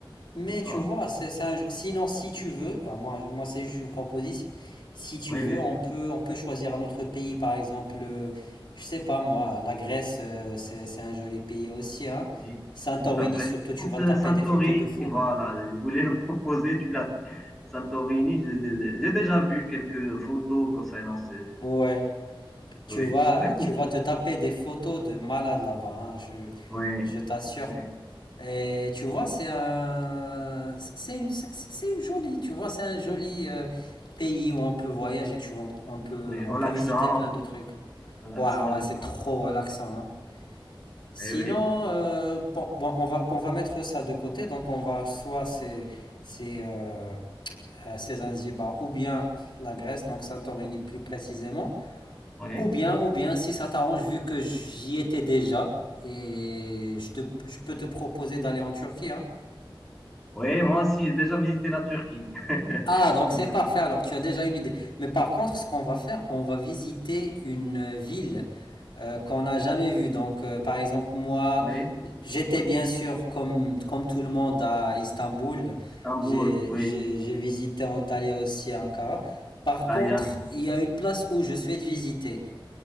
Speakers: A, on the left; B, in the centre.
A: Mais
B: D'accord?
A: tu vois, c'est, c'est un jeu- sinon si tu veux, ah, moi, moi c'est juste une proposition, si tu
B: Oui,
A: veux,
B: oui,
A: on
B: bien.
A: peut, on peut choisir un autre pays, par exemple, euh, je sais pas moi, la Grèce, euh, c'est, c'est un joli pays aussi, hein.
B: Et,
A: Santorini
B: et la Grèce.
A: surtout, tu
B: Je pense,
A: vas
B: euh,
A: taper
B: Santorini,
A: des photos de fou.
B: voilà. Je voulais le proposer, tu l'as. Santorini, j'ai j'ai déjà vu quelques photos concernant ce.
A: Ouais, tu
B: Oui,
A: vas,
B: oui, pour-
A: tu vas te taper des photos de malades là-bas, hein, je,
B: oui,
A: je t'assure.
B: oui,
A: Et tu vois, c'est un, c'est une, c'est c'est une jolie, tu vois, c'est un joli euh, pays où on peut voyager, tu vois, on peut,
B: oui.
A: on
B: Relaxant,
A: peut visiter plein de trucs.
B: relaxant,
A: Waouh, ouais,
B: je
A: c'est
B: pense.
A: trop relaxant, hein. Sinon,
B: Eh oui, pourquoi?
A: euh, bon, bon, on va, on va mettre ça de côté, donc on va, soit c'est, c'est, euh, euh, c'est Zanzibar, ou bien la Grèce, donc Santorini plus précisément,
B: Oui.
A: ou bien, ou bien, si ça t'arrange, vu que j'y étais déjà, et je te, je peux te proposer d'aller en Turquie, hein.
B: Oui, moi aussi, j'ai déjà visité la Turquie. <laughs>
A: Ah, donc
B: Donc,
A: c'est parfait. Alors, tu as déjà une idée. Mais par contre, ce qu'on va faire, on va visiter une euh, ville euh, qu'on n'a jamais vue. Donc, euh, par exemple, moi,
B: oui,
A: j'étais bien sûr, comme, comme tout le monde, à Istanbul.
B: Istanbul,
A: J'ai,
B: oui,
A: j'ai, j'ai visité Antalya aussi à Ankara. Par
B: Taliano,
A: contre, il y a une place où je souhaite visiter.